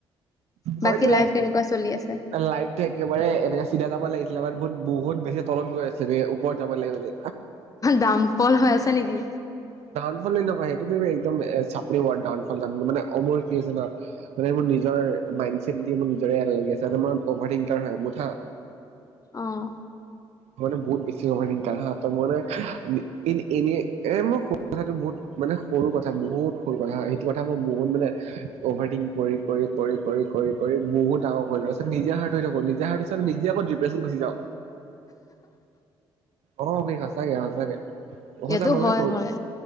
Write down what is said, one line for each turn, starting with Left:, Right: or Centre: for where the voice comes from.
Left: বাকী
Right: মইতো লাইফ
Left: কেনেকুৱা চলি আছে?
Right: লাইফটো একেবাৰে এনেকে চিধা যাব লাগিছিলে বাৰু বহুত বহুত বেছি তলত গৈ আছে‌ ৰে ওপৰত যাব লাগিব যে
Left: ডাউনফল হৈ আছে হয় নিকি
Right: ধন ফলে নকয় সেইটো তুমি একদম এ চা <unintelligible> মানে অমল কি হৈছে জানা মানে মোৰ নিজৰ মাইন ছেড দি মোৰ নিজৰে এলাহ লাগিল আছে মানে মই অভাৰ ইনটাৰ হয় মুড হা
Left: অহ
Right: মই মানে বহুত বেছ অভাৰিংতাল হা ত মই মানে এ এনে মোৰ সৰু কথাটো বহুত মানে সৰু কথা বহুত সৰু কথা সেইটো কথা মই বহুতমানে মানে অভাৰটিং কৰি কৰি কৰি কৰি কৰি কৰি বহুত ডাঙৰ কৰি লো তাৰিছত নিজে হাৰ্ট হৈ থাকো নিজ হাৰ্ট নিজে আকৌ ড্ৰিপেচন গুচি যাওঁ অ অমিৰ সঁচাকে সঁচাকে সঁচা
Left: এইটো
Right: মই মানে
Left: হয়
Right: সৰু
Left: হয়